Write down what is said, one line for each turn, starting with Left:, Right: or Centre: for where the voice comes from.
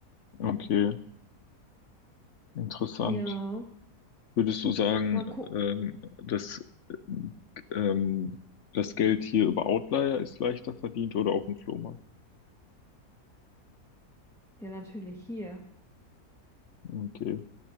Left: Okay. Interessant.
Centre: Ja,
Left: Würdest du sagen,
Centre: mal gucken.
Left: ähm, dass ähm, das Geld hier über Outlier ist leichter verdient oder auf dem Flohmarkt?
Centre: Ja, natürlich hier.
Left: Okay.